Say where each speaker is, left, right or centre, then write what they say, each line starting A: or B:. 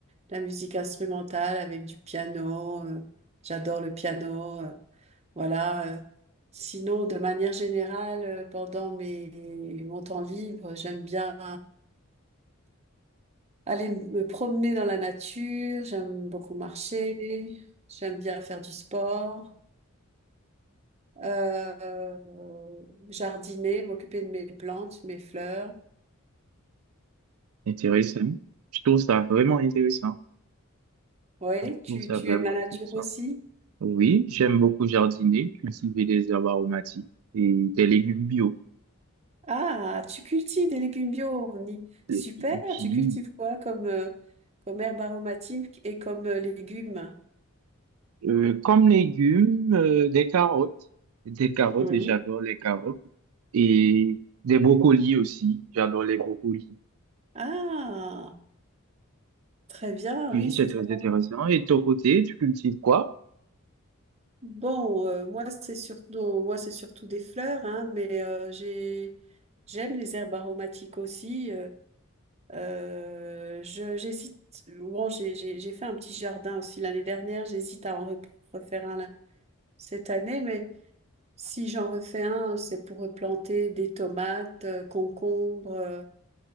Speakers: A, on the right; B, on the right.
A: La musique instrumentale avec du piano, euh, j'adore le piano, euh, voilà. euh. Sinon, de manière générale, euh, pendant mes, mon temps libre, j'aime bien. aller me promener dans la nature, j'aime beaucoup marcher, j'aime bien faire du sport, euh, jardiner, m'occuper de mes plantes, mes fleurs.
B: Intéressant. Je trouve ça vraiment intéressant.
A: Oui,
B: Je
A: tu,
B: trouve ça
A: tu
B: vraiment
A: aimes la nature
B: intéressant.
A: aussi?
B: Oui, j'aime beaucoup jardiner, cultiver des herbes aromatiques et des légumes bio.
A: Ah, tu cultives des légumes bio, Omni. Super,
B: Et et puis,
A: tu cultives quoi comme, euh, comme herbe aromatique et comme euh, légumes?
B: euh, comme légumes, euh, des carottes, des carottes,
A: Oui.
B: et j'adore les carottes, et des brocolis aussi, j'adore les brocolis.
A: Ah, très bien,
B: Oui,
A: oui,
B: c'est
A: c'est
B: très
A: très bon.
B: intéressant. Et de ton côté, tu cultives quoi?
A: Bon, euh, moi c'est surtout, moi c'est surtout des fleurs, hein, mais euh, j'ai, j'aime les herbes aromatiques aussi. euh, euh, je, j'hésite. Bon, j'ai, j'ai, j'ai fait un petit jardin aussi l'année dernière. J'hésite à en re- refaire un là- cette année, mais si j'en refais un, c'est pour replanter des tomates, euh, concombres. euh,